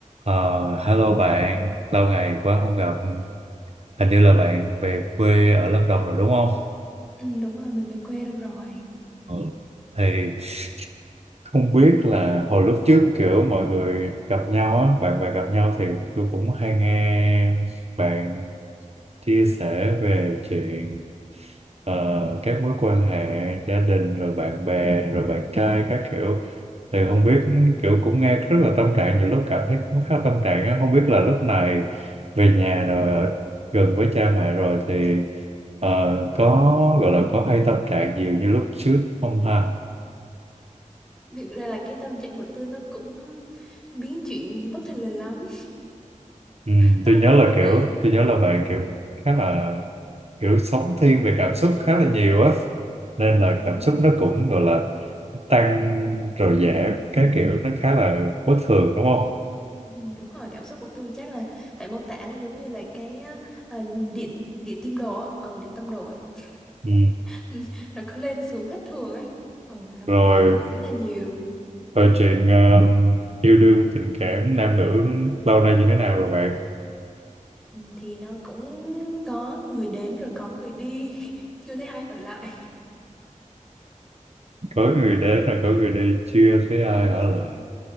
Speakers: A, on the right (about 50°); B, in the centre.
A: Ờ, hello bạn, lâu ngày quá không gặp. Hình như là bạn về quê ở Lâm Đồng rồi đúng không?
B: Ừ, đúng rồi, mình về quê được rồi.
A: Ừ. Thì không biết là hồi lúc trước kiểu mọi người gặp nhau á, bạn bè gặp nhau thì tôi cũng hay nghe bạn chia sẻ về chuyện Ờ, các mối quan hệ gia đình rồi bạn bè rồi bạn trai các kiểu thì không biết kiểu cũng nghe rất là tâm trạng nhiều lúc cảm thấy cũng khá tâm trạng á không biết là lúc này về nhà rồi ở gần với cha mẹ rồi thì ờ, có gọi là có hay tâm trạng nhiều như lúc trước không ha
B: Thực ra là cái tâm trạng của tôi nó cũng biến chuyển bất thình lình lắm.
A: ừ,
B: Nó
A: tôi
B: không
A: nhớ
B: có
A: là
B: cố định.
A: kiểu tôi nhớ là bạn kiểu khá là kiểu sống thiên về cảm xúc khá là nhiều á nên
B: Ừ,
A: là
B: đúng
A: cảm
B: rồi
A: xúc nó cũng gọi là tăng rồi giảm các kiểu nó khá là bất thường đúng không?
B: Ừ, đúng rồi cảm xúc của tôi chắc là phải mô tả nó giống như là cái á, ờ, điện điện tim đồ ở ừ, điện tâm đồ ấy.
A: Ừ.
B: <laughs> nó cứ lên xuống thất thường ấy ừ, nó
A: Rồi,
B: cũng ảnh hưởng khá là nhiều
A: rồi chuyện ờ, yêu đương tình cảm nam nữ lâu nay như thế nào rồi bạn?
B: ừ, thì nó cũng có người đến rồi có người đi <laughs> chưa thấy ai ở lại
A: Có người đến rồi có người đi chưa thấy ai
B: <laughs> đúng
A: ở lại.